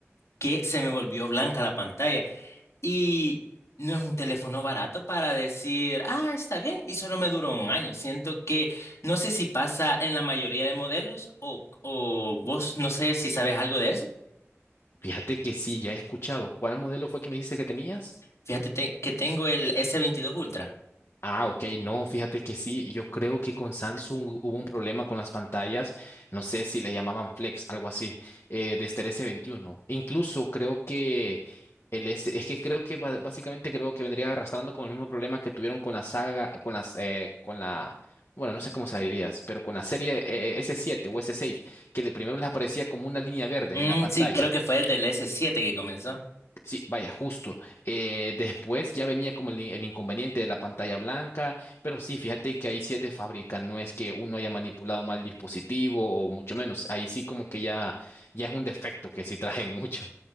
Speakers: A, on the left; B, on the left.
A: que se me volvió blanca la pantalla. Y no es un teléfono barato para decir, ah, está bien, y solo me duró un año. Siento que no sé si pasa en la mayoría de modelos o, o vos no sé si sabes algo de eso.
B: Fíjate que sí, ya he escuchado. ¿Cuál modelo fue que me dijiste que tenías?
A: Fíjate te- que tengo el s veintidós Ultra.
B: Ah, ok, no, fíjate que sí. Yo creo que con Samsung hubo un problema con las pantallas. No sé si le llamaban Flex, algo así, eh, desde el s veintiuno. Incluso creo que el S, es que creo que ba- básicamente creo que vendría arrastrando con el mismo problema que tuvieron con la saga, con las, eh, con la, bueno, no sé cómo se dirías, pero con la serie eh, eh, s siete o s seis, que le primero les aparecía como una línea verde
A: Mm,
B: en la pantalla.
A: sí, creo que fue desde el s siete que comenzó.
B: Sí, vaya, justo. Eh, después ya venía como el, in- el inconveniente de la pantalla blanca, pero sí, fíjate que ahí sí es de fábrica, no es que uno haya manipulado mal el dispositivo o mucho menos, ahí sí como que ya, ya es un defecto que sí traen <laughs> mucho.